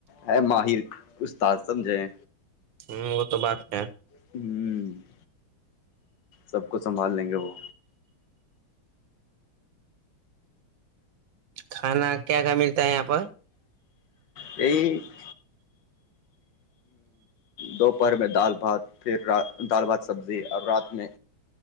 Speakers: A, on the left; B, on the right.
A: ہے ماہر استاد سمجھیں
B: ہوں وہ تو بات ہے
A: ہوں <inaudible> سب کو سنبھال لیں گے وہ
B: کھانا کیا کیا ملتا ہے یہاں پر
A: یہ <inaudible> دوپہر میں دال بھات پھر دال بھات سبزی اور رات میں